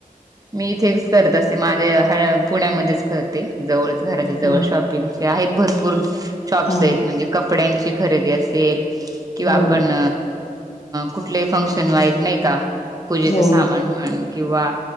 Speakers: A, on the right; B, on the left.
A: मी इथेच करत असते माझ्या ह्या पुण्यामध्येच करते जवळच घराच्या जवळ
B: हा
A: शॉपिंग आहेत भरपूर शॉप्स
B: हा
A: आहेत म्हणजे कपड्यांची खरेदी असेल किंवा
B: हो
A: आपण कुठले फंक्शन वाईज नाही का पूजेच
B: हो
A: सामान म्हण किंवा